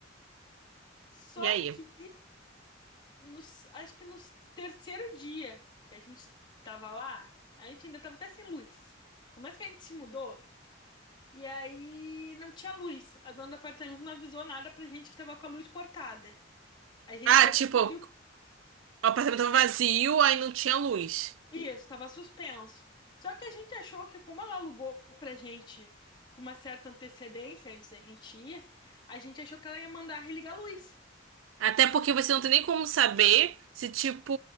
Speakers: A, on the left (about 25°); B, on the right (about 85°).
A: Só
B: E aí?
A: que nos- acho que no terceiro dia que a gente tava lá, a gente ainda tava até sem luz. Como é que a gente se mudou? E aí não tinha luz. A dona do apartamento não avisou nada pra gente que tava com a luz cortada. A gente
B: Ah,
A: só
B: tipo,
A: descobriu
B: o apartamento tava vazio, aí não tinha luz.
A: isso, tava suspenso. Só que a gente achou que como ela alugou pra gente com uma certa antecedência antes da gente ir, a gente achou que ela ia mandar religar a luz.
B: Até porque você não tem nem como saber se, tipo,